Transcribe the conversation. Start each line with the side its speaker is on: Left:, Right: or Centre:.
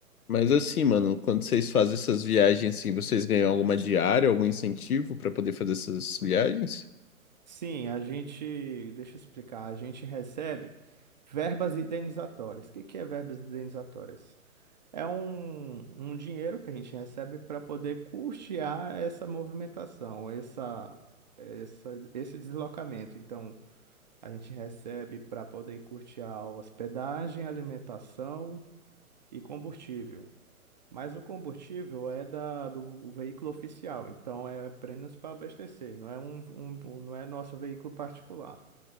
Left: Mas assim, mano, quando vocês fazem essas viagens assim, vocês ganham alguma diária, algum incentivo para poder fazer essas viagens?
Right: Sim, a gente, deixa eu explicar, a gente recebe verbas indenizatórias. O que que é verbas indenizatórias? É um, um dinheiro que a gente recebe para poder custear essa movimentação, essa, essa, esse deslocamento. Então, a gente recebe para poder custear a hospedagem, alimentação e combustível. Mas o combustível é da, do veículo oficial, então é apenas para abastecer, não é um, um, um- não é nosso veículo particular.